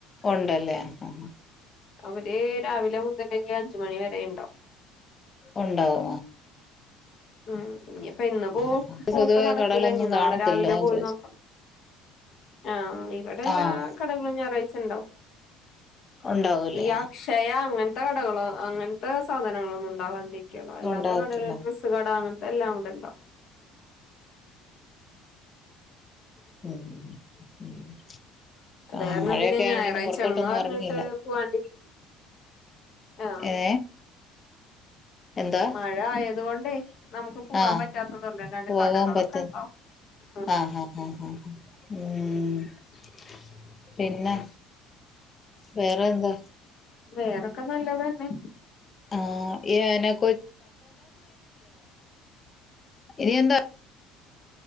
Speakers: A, on the left (about 25°); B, on the left (about 50°).
A: ഉണ്ടല്ലേ ആ
B: അവര് രാവിലെ <unintelligible> അഞ്ചുമണി വരെുണ്ടാവും
A: ഉണ്ടാവ്യോ
B: ഉം ഇനിപ്പ ഇന്ന്
A: ആ,
B: പോ
A: ആ, ആ.
B: പോക്ക്
A: പൊതുവെ
B: നടക്കൂല
A: കടകളൊന്നും
B: ഇനി നാളെ
A: കാണത്തില്ല
B: രാവിലെ
A: അതാ ഞാൻ
B: പോയി
A: ചോദിച്ചെ
B: നോക്കണം ആഹ ഇവിടെ എല്ലാ
A: ആഹ്
B: കടകളും ഞായറാഴ്ചണ്ടാവും
A: ഉണ്ടാവൂല്ലേ
B: ഈ അക്ഷയ അങ്ങനത്തെ കടകളോ അങ്ങനത്തെ സാധനങ്ങളൊന്നും ഉണ്ടാവാണ്ട <unintelligible> അല്ലാത്ത
A: ഉണ്ടാകത്തില്ല
B: കടകള ഡ്രസ്സ് കട അങ്ങനത്തെ എല്ലാം അവിടെണ്ടാവും
A: <unintelligible>
B: അത്
A: ആഹ
B: കാരണം
A: മഴയൊക്കെ
B: പിന്നെ
A: ആയോണ്ടൊന്ന്
B: ഞായറാഴ്ചയാണെന്ന്
A: പുറത്തോട്ടൊന്നും
B: പറഞ്ഞിട്ട്
A: ഇങ്ങയില്ല
B: പോവാണ്ടിരിക്കും ആഹ്
A: ഏ എന്താ
B: മഴ ആയത് കൊണ്ടേ നമുക്ക്
A: <unintelligible>
B: പോവാൻ പറ്റാത്തതൊള്ളൂ അല്ലാണ്ട്
A: പോകാൻ
B: കടകളൊക്കെ
A: പറ്റുന്ന
B: ഉണ്ടാവും ഉം
A: ആഹ് ഹഹ് <unintelligible> പിന്നെ വേറെ എന്താ
B: വേറൊക്കെ നല്ലതന്നെ
A: ആഹ് ഏന കൊ ഇനിയെന്താ